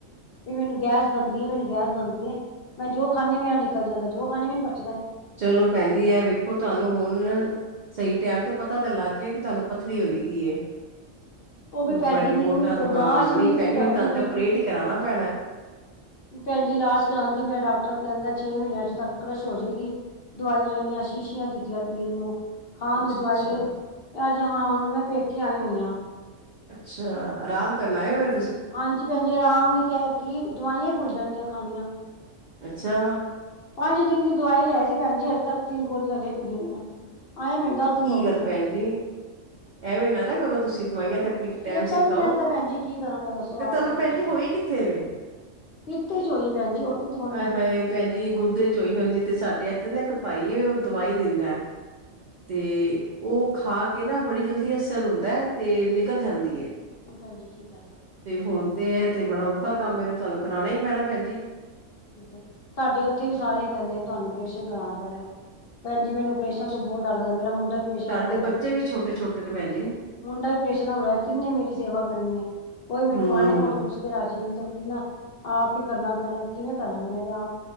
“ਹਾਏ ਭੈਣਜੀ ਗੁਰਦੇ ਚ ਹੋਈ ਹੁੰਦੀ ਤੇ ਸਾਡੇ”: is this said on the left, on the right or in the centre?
Right